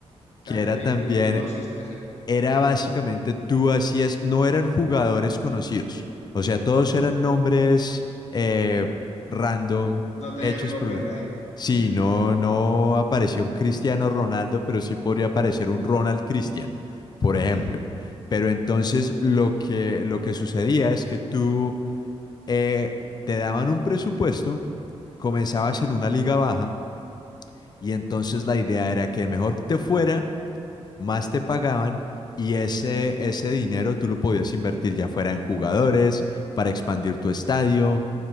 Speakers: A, on the left (about 40°); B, on the left (about 80°).
A: que
B: Hat-trick.
A: era también
B: ¿Y de qué consiste ese?
A: era básicamente tú hacías, no eran jugadores conocidos, o sea, todos
B: Sí.
A: eran nombres eh, random
B: No tenían
A: hechos
B: copyright.
A: por una... Sí,
B: <laughs>
A: no, no apareció un Cristiano Ronaldo, pero sí podría aparecer un Ronald Cristian, por ejemplo.
B: Sí.
A: Pero entonces lo que, lo que sucedía es que tú eh, te daban un presupuesto, comenzabas en una liga baja y entonces la idea era que mejor te fuera más te pagaban y ese, ese dinero tú lo podías invertir ya fuera en jugadores, para expandir tu estadio